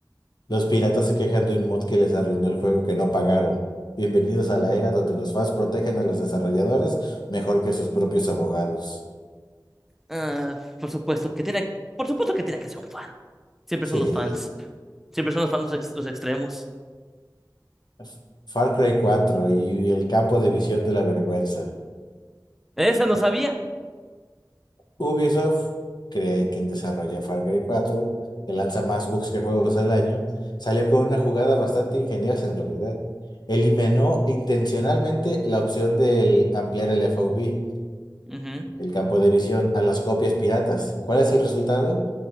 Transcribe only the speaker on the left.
Los piratas se quejan de un mod que les arruinó el juego que no pagaron. Bienvenidos a la era donde los fans protegen a los desarrolladores mejor que sus propios abogados.
Sí.
F- Far Cry 4 y el campo de visión de la vergüenza.
Ubisoft, cree quien desarrolla Far Cry 4, que lanza más bugs que juegos al año, salió con una jugada bastante ingeniosa en realidad. Eliminó intencionalmente la opción de ampliar el FOV
el campo de visión a las copias piratas. ¿Cuál es el resultado?